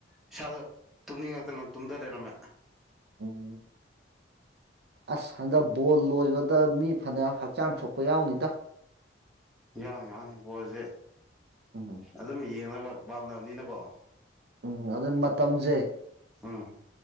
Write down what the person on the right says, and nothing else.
ꯎꯝ ꯑꯁ ꯍꯟꯗꯛ ꯕꯣꯜ ꯂꯣꯏꯕꯗ ꯃꯤ ꯐꯅꯦꯛ ꯍꯛꯆꯥꯡ ꯁꯣꯛꯄ ꯌꯥꯎꯅꯤꯗ
ꯎꯝ
ꯎꯝ ꯑꯗꯨꯗ ꯃꯇꯝꯁꯦ